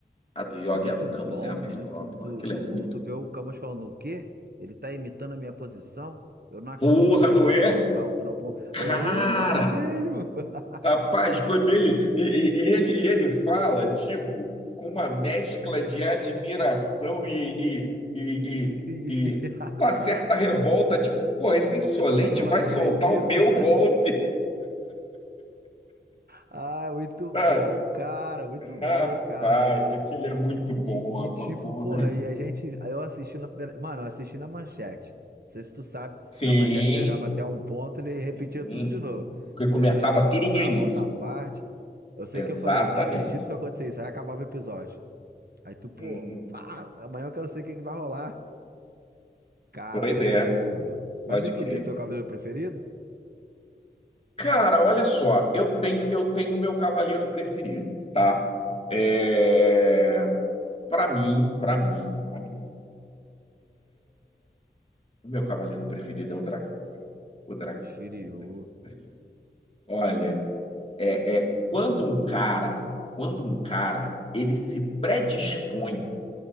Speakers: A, on the left; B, on the right.
A: a do Yoga
B: Muito
A: e a do Camus
B: bom,
A: é a melhor,
B: muito.
A: porra.
B: Tu,
A: Aquilo
B: tu,
A: é muito.
B: o- tu vê o Camus falando o quê? Ele tá imitando a minha posição? Eu não acredito
A: Porra,
B: que
A: não
B: ele vai
A: é?
B: soltar o trovão.
A: Cara!
B: Aí eu, "Oh, ele vai mesmo! <laughs>
A: Rapaz, quando ele e, e- e ele e ele fala tipo com uma mescla de admiração e, e, e,
B: E,
A: e, e
B: <laughs>
A: uma certa revolta, tipo, pô, esse insolente
B: tipo,
A: vai
B: não acredito.
A: soltar o meu golpe,
B: Ah, muito bom,
A: sabe?
B: cara, muito bom,
A: Rapaz,
B: cara.
A: aquilo é muito bom,
B: E,
A: rapaz.
B: e, tipo,
A: porra.
B: porra, e a gente. aí Eu assisti na primeira. Mano, eu assisti na manchete. Não sei se tu sabe,
A: Sim,
B: na manchete chegava até um ponto, ele repetia
A: sim.
B: tudo de novo.
A: Porque
B: Não
A: começava
B: sei se eles não compravam
A: tudo do início.
B: outra parte. Eu sei
A: Exatamente.
B: que eu falei, não acredito que vai acontecer isso. Aí acabava o episódio. Aí tu, pô,
A: Uhum.
B: pá, amanhã eu quero saber o que que vai rolar. Cara,
A: Pois
B: foi
A: é,
B: show, mano. Mas
A: pode
B: e tu,
A: crer.
B: tem o teu cabelo preferido?
A: Cara, olha só, eu tenho eu tenho o meu cavaleiro preferido, tá? É... Para mim, para mim, para mim, o meu cavaleiro preferido é o dragão. O dragão,
B: Shiryu.
A: puta que pariu. Olha, é, é quando um cara, quando um cara, ele se predispõe